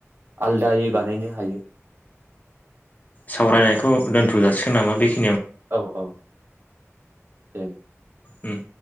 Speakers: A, on the right (about 50°); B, on the left (about 35°).
A: आलदायै बानायनो हायो।
B: सावरायनायखौ दोन्थ' जासिगोन नामा बेखि
A: औ औ दे।
B: उम।